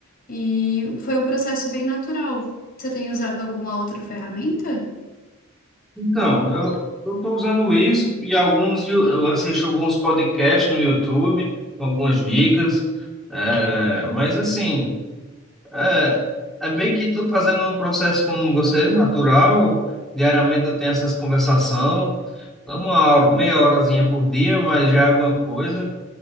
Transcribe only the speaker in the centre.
Então, eu eu estou usando isso e alguns de- eu assisto alguns podcasts no YouTube, com algumas dicas, é, mas assim, é, é bem que estou fazendo um processo como você, natural. Diariamente eu tenho essas conversação, uma hora, meia horazinha por dia, mas já é alguma coisa.